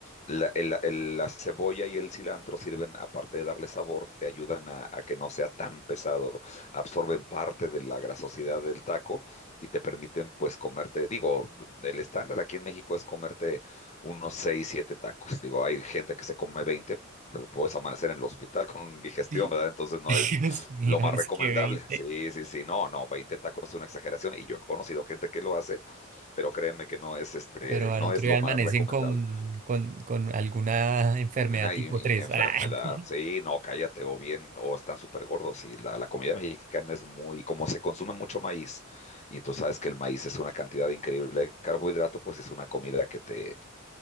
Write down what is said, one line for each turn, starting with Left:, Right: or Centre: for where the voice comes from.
Left: la, el- el- la cebolla y el cilantro sirven, aparte de darle sabor, te ayudan a, a que no sea tan pesado, absorben parte de la grasosidad del taco y te permiten pues comerte, digo, el estándar aquí en México es comerte unos 6 7 tacos. Digo, hay gente que se come veinte pero puedes amanecer en el hospital con digestión,
Right: Sí.
Left: ¿verdad? Entonces no
Right: <laughs>
Left: es
Right: Dios mío,
Left: lo más
Right: es
Left: recomendable.
Right: que 20.
Left: Sí, sí, sí, no, no, 20 tacos es una exageración y yo he conocido gente que lo hace, pero créeme que no es este,
Right: Pero
Left: no
Right: al otro
Left: es lo
Right: día
Left: más
Right: amanecen
Left: recomendable.
Right: con, con, con alguna enfermedad
Left: Una
Right: tipo
Left: i-
Right: tres
Left: enfermedad,
Right: ¡Ah! <laughs>
Left: sí, no, cállate, o bien, o están súper gordos. Y la, la comida mexicana es muy, como se consume mucho maíz, y tú sabes que el maíz es una cantidad increíble de carbohidrato, pues es una comida que te,